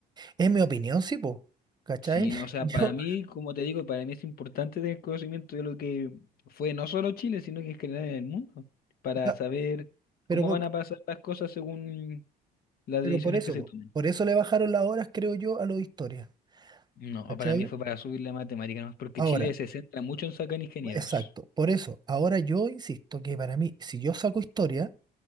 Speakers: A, on the right; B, on the left.
A: Es mi opinión, sí, po. ¿Cachai?
B: Sí, no,
A: <laughs>
B: o sea,
A: Yo,
B: para
A: o
B: mí, como te digo, para mí es importante tener conocimiento de lo que fue no solo Chile, sino que es general en el mundo, para
A: sea,
B: saber
A: pero
B: cómo
A: por-
B: van a pasar las cosas según las
A: Pero
B: decisiones
A: por eso,
B: que se
A: po,
B: tomen.
A: por eso le bajaron las horas, creo yo, a lo de historia.
B: No,
A: ¿Cachai?
B: para mí fue para subir la matemática, ¿no? Porque
A: Ahora,
B: Chile se centra mucho en sacar ingenieros.
A: exacto, por eso. Ahora yo insisto que para mí, si yo saco historia,